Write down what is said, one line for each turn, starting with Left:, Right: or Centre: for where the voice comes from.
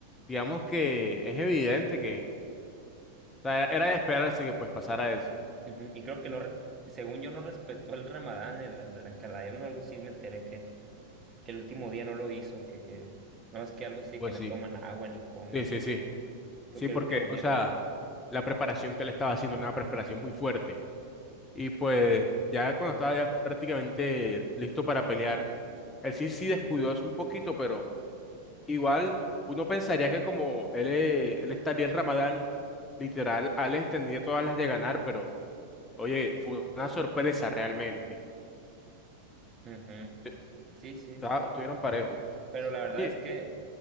Left: digamos que es evidente que, o sea, era de esperarse que pues pasara eso.
Right: Ujú, Y creo que no, re- según yo no respetó el Ramadán, el, el, el Ankalaev, no, algo así me enteré que, que el último día no lo hizo, que, que no es que algo así,
Left: Pues
Right: que no
Left: sí,
Right: toman agua ni comen.
Left: sí, sí, sí.
Right: Creo
Left: Sí,
Right: que
Left: porque,
Right: el último
Left: o
Right: día.
Left: sea, la preparación que él estaba haciendo era una preparación muy fuerte. Y pues ya cuando estaba ya prácticamente listo para pelear, él sí, sí descuidó eso un poquito, pero... Igual, uno pensaría que como él, eh, él estaría en Ramadán, literal, Alex tendría todas las de ganar, pero oye, fue una sorpresa realmente.
Right: ujú.
Left: Eh,
Right: Sí, sí,
Left: ta- Estuvieron parejos.
Right: pero la verdad
Left: Oye,
Right: es que